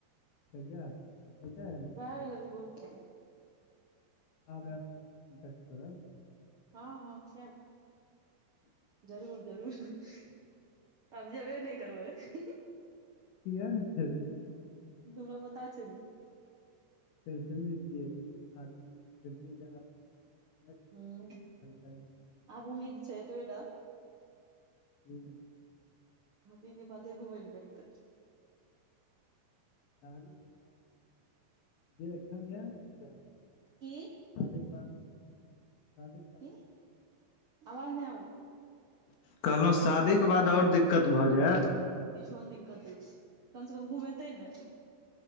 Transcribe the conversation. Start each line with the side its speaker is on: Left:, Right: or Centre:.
Left: कहिया -कहिया ऐत।
Right: लागत अभी बहुत टाइम।
Left: आब ऐब त टच करब।
Right: हाॅं -हाॅं किये नय। जरूर- जरूर अआब जेबै नहि करबय।
Left: किये ने <unintelligible>
Right: हमरा पता छय न।
Left: <inaudible>
Right: हुॅं,
Left: छै परिक्रमा करै छै
Right: आब उम्मीद छैं एते बे टा।
Left: हुंऽ
Right: आदि के कते घुमैय ले भेट तय।
Left: आदि के, जे एखन या न। <unintelligible>
Right: की।
Left: शादीे के बाद शादी।
Right: की आवाज नैं आबैया ‌।
Left: कहलहुँ शादीक के बाद और दिक्कत भऽ जेत।
Right: किछो ने दिक्कत होइ छै, कम से कम घुमेतैं ने।